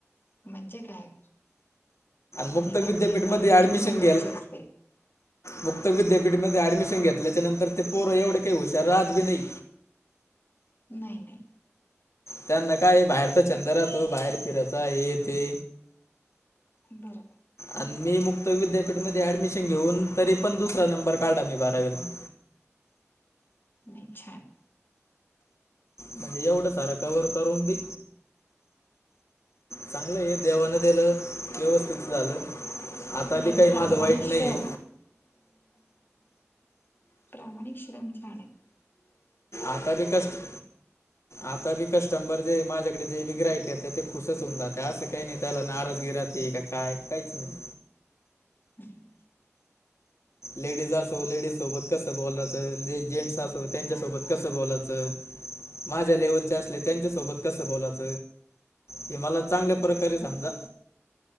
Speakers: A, on the left (about 45°); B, on the left (about 75°).
A: म्हणजे काय
B: मुक्त
A: आणि
B: विद्यापीठमध्ये
A: दहावी आणि बारावी
B: ॲडमिशन
A: किती महत्त्वाची
B: घेल
A: असते.
B: मुक्त विद्यापीठमध्ये ऍडमिशन घेतल्याच्या नंतर, ते ते पोरं एवढे हुशार भी काय राहत नाही.
A: नाही नाही.
B: त्यांना काही बाहेरचा छंद
A: ते
B: राहतो. बाहेर फिरचा हे ते.
A: बरोबर.
B: आणि मी मुक्त विद्यापीठमध्ये ऍडमिशन घेऊन, तरी पण दुसरा नंबर काढला मी बारावीला.
A: नाही छान.
B: म्हणजे एवढं सार कवर करून बी चांगलं हाय देवानं दिलं व्यवस्थित झालं. आता
A: नाही
B: बी काय
A: प्रामाणिक
B: माझं वाईट
A: श्रम
B: नाहीये.
A: प्रामाणिक श्रम छान हायतं.
B: आता बी कष्ट आता बी कस्टमबर जे माझ्याकडे जे बी ग्राहक येत, ते खुशच होऊन जातं. असं काही नाही त्याला नाराजगी राहते, का काय काहिच नाही.
A: हम्म.
B: लेडीज असो लेडीज सोबत कसं बोलाच. जेंट्स असो त्यांच्यासोबत कसं बोलाच. माझ्या लेव्हलचे असले, त्यांच्यासोबत कसं बोलाच. ते मला चांगल्या प्रकारे समजा,